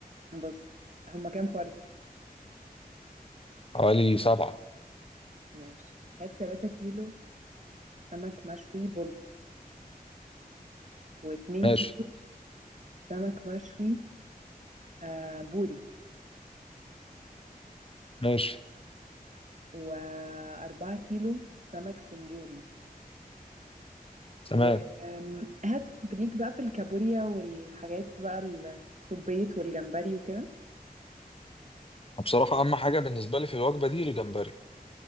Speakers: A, on the right; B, on the left.
A: بص هما كام فرد
B: حوالي سبعه
A: ماشي هات 3 كيلو سمك مشوي بلطي و2
B: ماشي
A: كيلو سمك مشوي آه بوري
B: ماشي
A: و4 كيلو سمك سنجاري
B: تمام
A: وهات ليك بقى في الكابوريا والحاجات بقى السبيت والجمبري وكده
B: بصراحه اهم حاجه بالنسبه لي في الوجبه دي الجمبري